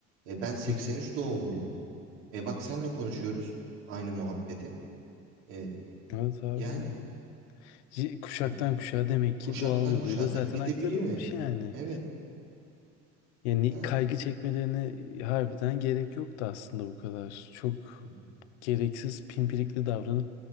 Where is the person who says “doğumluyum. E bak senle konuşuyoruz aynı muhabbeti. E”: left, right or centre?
Right